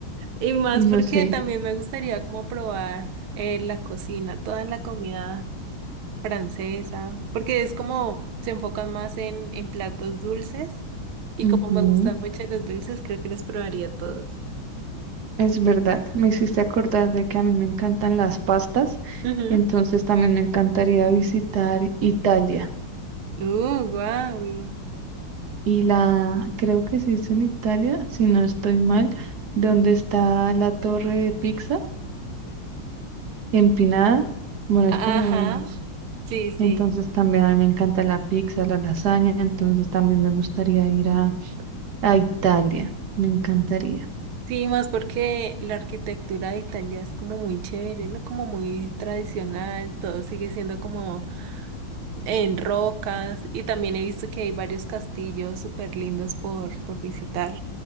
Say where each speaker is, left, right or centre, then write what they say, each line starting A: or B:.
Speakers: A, on the right; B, on the right.
A: Y más
B: Y no
A: porque
B: sé.
A: también me gustaría como probar eh, la cocina, toda la comida francesa, porque es como se enfocan más en, en platos dulces y
B: Ujú.
A: como me gustan mucho los dulces, creo que los probaría todos.
B: Es verdad. Me hiciste acordar de que a mí me encantan las pastas.
A: Ujú.
B: Entonces también me encantaría visitar Italia.
A: Uh, wow.
B: Y la, creo que se dice en Italia, si no estoy mal, donde está la torre de pizza empinada. Bueno,
A: Ajá.
B: es como un-
A: Sí, sí.
B: Entonces también a mí me encanta la pizza, la lasaña. Entonces también me gustaría ir a, a Italia. Me encantaría.
A: Sí, más porque la arquitectura de Italia es como muy chévere, ¿no? Como muy tradicional, todo sigue siendo como en rocas y también he visto que hay varios castillos súper lindos por, por visitar.